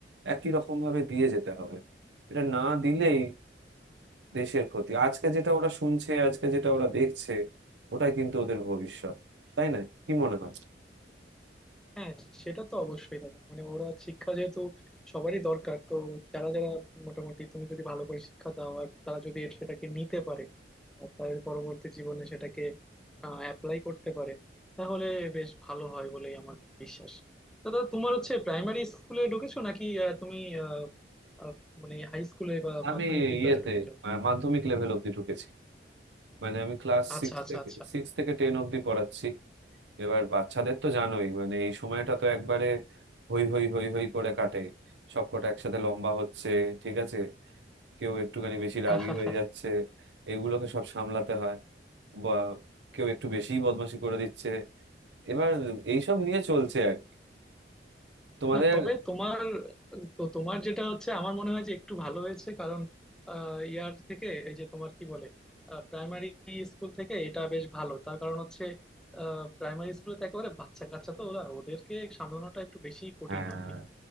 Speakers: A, on the right (about 85°); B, in the centre.
A: একই রকম ভাবে দিয়ে যেতে হবে এটা না দিলেই দেশের ক্ষতি আজকে যেটা ওরা শুনছে আজকে যেটা ওরা দেখছে ওটাই কিন্তু ওদের ভবিষ্যৎ তাই না কি মনে হয়
B: হ্যাঁ সেটা তো অবশ্যই দাদা মানে ওরা শিক্ষা যেহেতু সবারই দরকার তো যারা যারা মোটামুটি তুমি যদি ভালো করে শিক্ষা দাও আর তারা যদি এর সেটাকে নিতে পারে আর তাদের পরবর্তী জীবনে সেটাকে অ্যাপ্লাই করতে পারে তাহলে বেশ ভালো হয় বলেই আমার বিশ্বাস তো দাদা তোমার হচ্ছে প্রাইমারি স্কুলে ঢুকেছো নাকি আহ, তুমি আহ, আহ, মানে হাই স্কুলে বা
A: আমি
B: মাধ্যমিক বিদ্যালয়ে
A: ইয়েতে
B: ঢুকেছো
A: আহ, মাধ্যমিক লেভেল অব্দি ঢুকেছি মানে আমি ক্লাস
B: আচ্ছা
A: সিক্স
B: আচ্ছা
A: থেকে
B: আচ্ছা
A: সিক্স থেকে টেন অব্দি পড়াচ্ছি এবার বাচ্চাদের তো জানোই মানে এই সময়টা তো একবারে হই হই হই হই করে কাটে সবকটা একসাথে লম্বা হচ্ছে ঠিক আছে কেউ একটুখানি বেশি
B: <laughs>
A: রাগী হয়ে যাচ্ছে এগুলোকে সব সামলাতে হয় বা কেউ একটু বেশিই বদমাশি করে দিচ্ছে এবার এইসব নিয়ে চলছে আর কি তোমাদের
B: না তবে তোমার তো তোমার যেটা হচ্ছে আমার মনে হয় যে একটু ভালো হয়েছে কারণ আহ, ইয়ার থেকে এই যে তোমার কি বলে প্রাইমারি স্কুল থেকে এটা বেশ ভালো তার কারণ হচ্ছে প্রাইমারি স্কুলে তো একেবারে বাচ্চা কাচ্চা তো ওরা ওদেরকে সামলানোটা একটু বেশি কঠিন
A: হ্যাঁ
B: আর কি